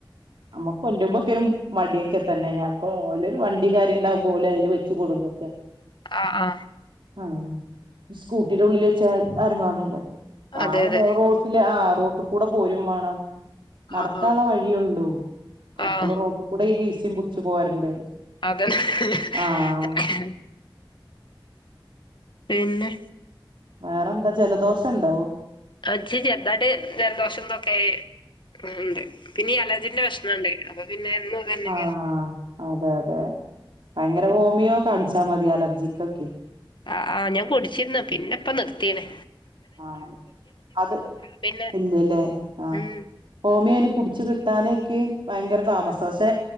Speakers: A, on the right; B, on the left.
A: നമുക്ക് കെണ്ടരുബോക്കരം മടിയൊക്കെ തന്നെ ഞാൻ അപ്പോ ഒൺലൈനി വാങ്ങി ഇ കാര്യണ്ടാവുമ്പോ ഓല് അതില് വെച്ച കൊടുന്നു ഒക്കെ
B: ആഹ് ആഹ്
A: ആഹാ സ്കൂട്ടീന്റെ ഉള്ളിൽ വെച്ചാൽ ആരും കാണൂല
B: അതെ
A: ആണ
B: അതെ
A: റോട്ടില് ആ റോട്ടുകൂടെ പോരും വേണം നടക്കാനുള്ള
B: ആഹ് ആഹ്
A: വഴിയള്ളൂ അപ്പോൾ
B: ആഹ്
A: റോട്ടുകൂടെ ട്ടിനെ പുട്ച്ച് പോരണ്ടേ
B: അതെ <unintelligible>
A: ആഹ്
B: പിന്നെ
A: വേറെ എന്താ ജലദോഷ ഉണ്ടോ
B: ആ ഇച് ചെറുതായിട്ട് ജലദോഷംന്തൊക്കെ ഉണ്ട് പിന്നെ ഈ അലർജിന്റെ പ്രശ്നംഇണ്ട് അപ്പൊ പിന്നെഎന്നും ഇത് തന്നെയ്ക്കാരം
A: ആഹ് അതെ അതെ ഭയങ്കര ഹോമിയോ കാണിച്ചാല് മതി അലർജിക്കൊക്കെ
B: ആ ആ ഞാൻ കുടിച്ചിരുന്ന പിന്നെ ഇപ്പ നിർത്തീണ്
A: ആ അത്
B: പിന്നെ
A: ഇല്ലല്ലെ ആഹ
B: ഉം
A: ഹോമിയോന് പിടിച്ചു കിട്ടാന് കെ <inaudible> ഭയങ്കര താമസാ
B: ആ
A: പക്ഷെ